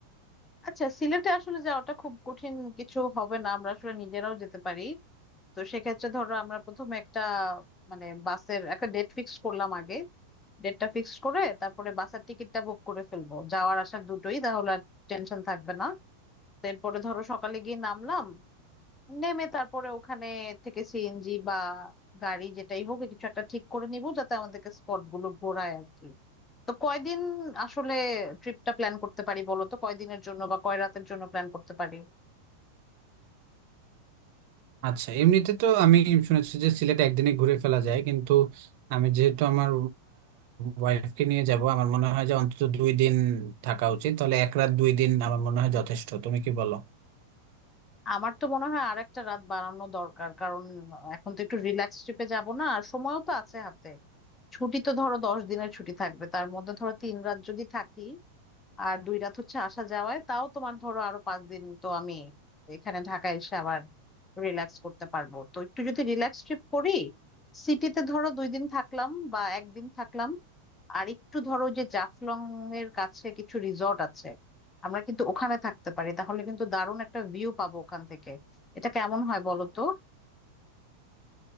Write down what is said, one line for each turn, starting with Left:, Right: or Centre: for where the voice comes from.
Left: আচ্ছা সিলেটে আসলে যাওয়াটা খুব কঠিন কিছু হবে না আমরা আসলে নিজেরাও যেতে পারি তো সেক্ষেত্রে ধরো আমরা প্রথমে একটা মানে বাসের একটা ডেট ফিক্স করলাম আগে ডেটটা ফিক্সড করে তারপরে বাসের টিকিটটা বুক করে ফেলবো যাওয়ার আসার দুটোই তাহলে আর টেনশন থাকবে না তো এরপরে ধরো সকালে গিয়ে নামলাম নেমে তারপরে ওখানে থেকে সিএনজি বা গাড়ি যেটাই হোক কিছু একটা ঠিক করে নিব যাতে আমাদেরকে স্পট গুলো ঘোরায় আর কি তো কয়দিন আসলে ট্রিপটা প্ল্যান করতে পারি বলো তো কয়দিনের জন্য বা কয় রাতের জন্য প্ল্যান করতে পারি
Right: আচ্ছা এমনিতে তো আমি শুনেছি যে সিলেট একদিনে ঘুরে ফেলা যায় কিন্তু আমি যেহেতু আমার ওয়াইফকে নিয়ে যাব আমার মনে হয় যে অন্তত দুই দিন থাকা উচিত তাহলে এক রাত দুই দিন আমার মনে হয় যথেষ্ট তুমি কি বলো
Left: আমার তো মনে হয় আর একটা রাত বাড়ানো দরকার কারণ এখন তো একটু রিল্যাক্স ট্রিপে যাব না আর সময়ও তো আছে হাতে ছুটি তো ধরো দশ দিনের ছুটি থাকবে তার মধ্যে ধরো তিন রাত যদি থাকি আর দুই রাত হচ্ছে আসা যাওয়ায় তাও তোমার ধরো আরো পাঁচ দিন তো আমি এখানে ঢাকায় এসে আবার রিল্যাক্স করতে পারবো তো একটু যদি রিল্যাক্স ট্রিপ করি সিটিতে ধরো দুই দিন থাকলাম বা একদিন থাকলাম আর একটু ধরো যে জাফলং এর কাছে কিছু রিসর্ট আছে আমরা কিন্তু ওখানে থাকতে পারি তাহলে কিন্তু দারুণ একটা ভিউ পাবো ওখান থেকে এটা কেমন হয় বলো তো